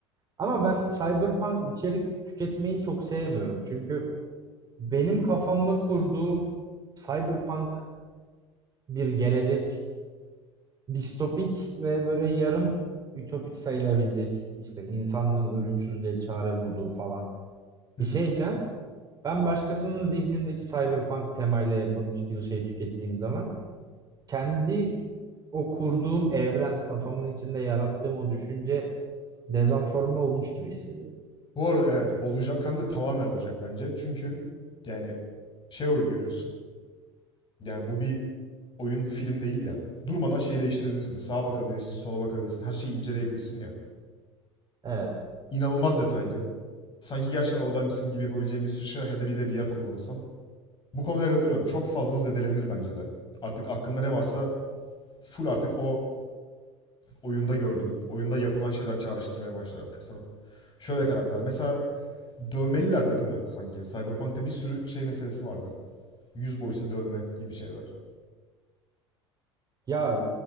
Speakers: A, on the right; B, on the left.
A: Ama ben cyberpunk içerik tüketmeyi çok sevmiyorum. Çünkü benim kafamda kurduğum cyberpunk bir gelecek distopik ve böyle yarım ütopik sayılabilecek işte insanlığın ölümsüzlüğe çare bulduğu falan
B: Hı
A: bir
B: hı.
A: şeyken ben başkasının zihnindeki cyberpunk temayla yapılmış bir şey tükettiğim zaman kendi o kurduğum evren, kafamın içinde yarattığım o düşünce dezenforme olmuş gibi hissediyorum.
B: Bu arada evet olacak hem de tamamen olacak bence. Çünkü yani şey o görüyorsun. Yani bu bir oyun film değil ya. Durmadan şey değiştirebilirsin. Sağa bakabilirsin, sola bakabilirsin. Her şeyi inceleyebilirsin ya.
A: Evet.
B: İnanılmaz detaylı. Sanki gerçekten oradaymışsın gibi yapabileceğin bir sürü şey var. Ya da bir de VR kullanırsan. Bu konuya katılıyorum. Çok fazla zedelenir bence de. Artık aklında ne varsa full artık o oyunda gördüğün, oyunda yapılan şeyler çağrıştırmaya başlar artık sana. Şöyle karakter. Mesela dövmeliler de değil mi sanki? Cyberpunk'ta bir sürü şey meselesi vardı. Yüz boyası dövme gibi şeyler.
A: Ya